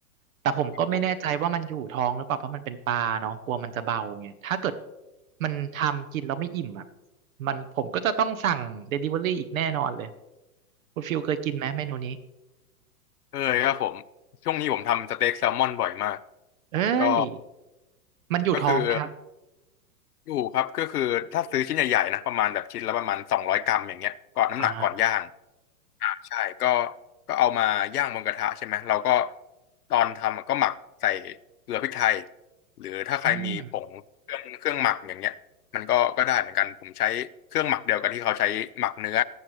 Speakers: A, on the right; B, on the left.
A: แต่ผมก็ไม่แน่ใจว่ามันอยู่ท้องหรือเปล่าเพราะมันเป็นปลาเนาะกลัวมันจะเบาไงถ้าเกิด
B: ผม
A: มันทำกินแล้วไม่อิ่มอ่ะมันผมก็จะต้องสั่งเดลิเวอรี่อีกแน่นอนเลยคุณฟิลเคยกินไหมเมนูนี้
B: เคยครับผมช่วงนี้ผมทำสเต็กแซลมอนบ่อยมาก
A: เอ้ย
B: ก็
A: มันอยู่ท้องไหมครับ
B: ก็คือ อยู่ครับก็คือถ้าซื้อชิ้นใหญ่ๆนะประมาณแบบชิ้นละประมาณสองร้อยกรัมอย่างเงี้ยก่อนน้ำหนักก่อนย่าง
A: อ่า
B: อ่าใช่ก็ก็เอามาย่างบนกระทะใช่ไหมเราก็ตอนทำอะก็หมักใส่เกลือพริกไทยหรือถ้าใครมีผงเครื่องเครื่องหมักอย่างเงี้ยมันก็ก็ได้เหมือนกันผมใช้เครื่องหมักเดียวกับที่เขาใช้หมักเนื้อ
A: อืม